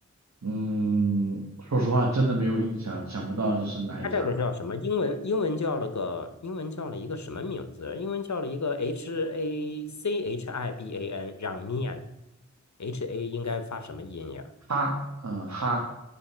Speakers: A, on the right (about 65°); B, on the left (about 70°).
A: 嗯，说实话真的没有印象，想不到是是哪一家。
B: 它这个叫什么？英文英文叫了个英文叫了一个什么名字？英文叫了一个 H A C H I B A N 让面，H A 应该发什么音呀？
A: 哈，嗯，哈，